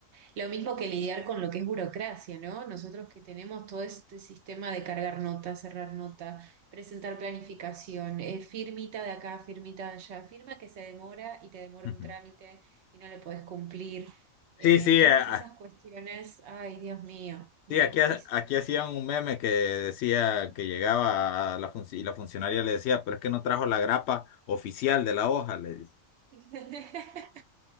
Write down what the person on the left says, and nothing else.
Ujú.
Sí, sí,
eh, ah,
sí, aquí, ha-
aquí hacían un meme que decía que llegaba a la funci- y la funcionaria le decía, pero es que no trajo la grapa oficial de la hoja, le dice.